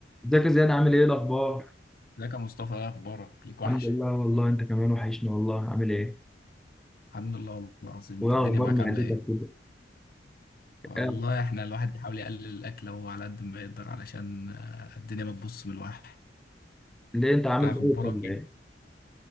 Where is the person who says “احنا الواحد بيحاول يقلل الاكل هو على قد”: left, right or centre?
Left